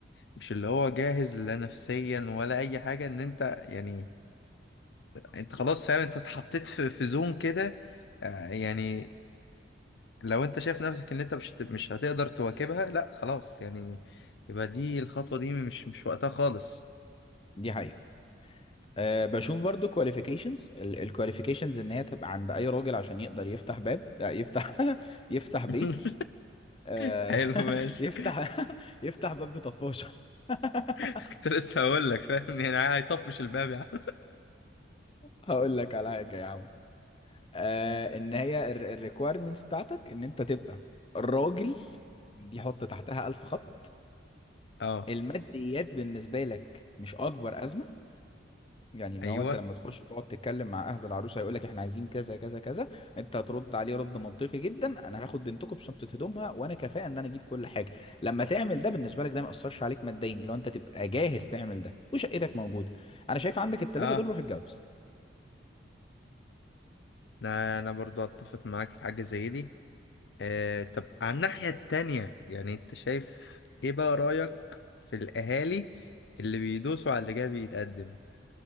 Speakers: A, on the left (about 65°); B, on the left (about 30°).
A: مش اللي هو جاهز لا نفسيا ولا اي حاجه ان انت يعني انت خلاص فاهم انت اتحطيت في في زون كده آه، يعني لو انت شايف نفسك ان انت مش هت- مش هتقدر تواكبها لا خلاص يعني يبقى دي الخطوه دي مش مش وقتها خالص
B: دي حقيقه أه بشوف برضو كواليفيكيشنز الكواليفيكيشنز ان هي تبقى عند اي راجل عشان يقدر يفتح باب آه، يفتح <laughs> يفتح بيت
A: <laughs>
B: أه
A: حلو ماشي
B: <laughs> يفتح <laughs> يفتح باب بطفاشه <laughs>
A: كنت لسه هقول لك فاهم يعني هيطفش الباب يعني
B: هقول لك على حاجه يا عم آه ان هي الريكويرمنتس بتاعتك ان انت تبقى راجل دي حط تحتها الف خط
A: <laughs> اه
B: الماديات بالنسبه لك مش اكبر ازمه يعني ان
A: ايوه
B: هو انت لما تخش تقعد تتكلم مع اهل العروسه هيقول لك احنا عايزين كذا كذا كذا انت هترد عليه رد منطقي جدا انا هاخد بنتكم بشنطه هدومها وانا كفاءه ان انا اجيب كل حاجه لما تعمل ده بالنسبه لك ده ما ياثرش عليك ماديا لو انت تبقى جاهز تعمل ده وشقتك موجوده انا شايف عندك الثلاثه
A: اه
B: دول روح اتجوز
A: انا أنا برضو اتفق معاك في حاجة زي دي آه طب على الناحية التانية يعني انت شايف ايه بقى رأيك في الاهالي اللي بيدوسوا على اللي جاي بيتقدم